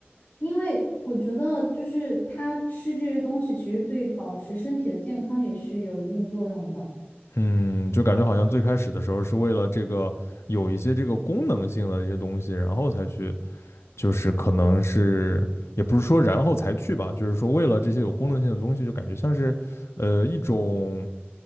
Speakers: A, on the left (about 45°); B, on the left (about 90°).
A: 因为我觉得就是它吃这些东西，其实对保持身体的健康也是有一定作用的。
B: 嗯，就感觉好像最开始的时候是为了这个有一些这个功能性的一些东西，然后才去，就是可能是也不是说然后才去吧，就是说为了这些有功能性的东西，就感觉像是呃一种